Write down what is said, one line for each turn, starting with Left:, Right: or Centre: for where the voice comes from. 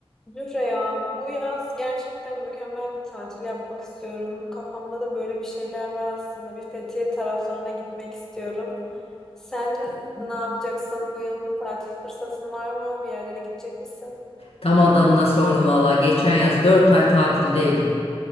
Centre: Zühre ya bu yaz gerçekten mükemmel bir tatil yapmak istiyorum. Kafamda da böyle bir şeyler var aslında. Bir Fethiye taraflarına gitmek istiyorum. Sen ne yapacaksın bu yıl bir tatil fırsatın var mı? Bir yerlere gidecek misin?
Left: Tam adamına sordum valla. Geçen yaz 4 ay tatildeydim.